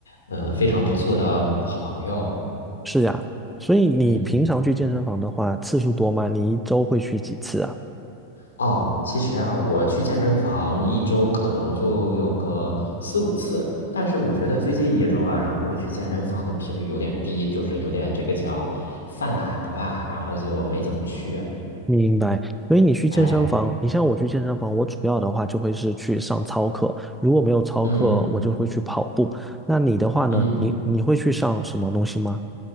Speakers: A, on the left (about 70°); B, in the centre.
A: 呃，非常不错的好朋友。
B: 是呀，所以你平常去健身房的话，
A: 嗯，
B: 次数多吗？你一周会去几次啊？
A: 哦，其实啊，我去健身房一周可能就有个四五次，但是我觉得最近一周啊，然后我去健身房的频率有点低，就是有点这个叫犯懒了吧，然后就没怎么去。
B: 明白。所以你去健身房，
A: 哎，
B: 你像我去健身房，我主要的话就会是去上操课，如果没有操课，
A: 嗯
B: 我就会去跑步。那你的话呢？
A: 嗯。
B: 你你会去上什么东西吗？